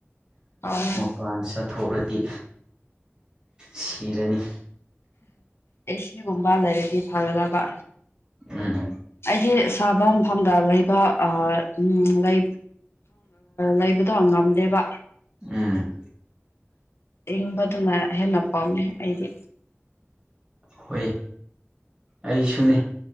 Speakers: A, on the left (about 65°); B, on the right (about 20°).
A: <unintelligible>
B: ꯄꯥꯟ ꯆꯥꯊꯣꯛꯂꯗꯤ ꯁꯤꯔꯅꯤ
A: ꯑꯦ ꯁꯤ ꯒꯨꯝꯕ ꯂꯩꯔꯗꯤ ꯐꯒꯗꯕ
B: ꯎꯝ
A: ꯑꯩꯗꯤ ꯁꯥꯕ ꯃꯐꯝꯗ ꯂꯩꯕ ꯑꯥ ꯎꯝ ꯂꯩ ꯂꯩꯕꯗꯣ ꯉꯝꯗꯦꯕ
B: ꯎꯝ
A: ꯏꯪꯕꯗꯨꯅ ꯍꯦꯟꯅ ꯄꯥꯝꯃꯦ ꯑꯩꯗꯤ
B: ꯍꯣꯏ ꯑꯩꯁꯨꯅꯦ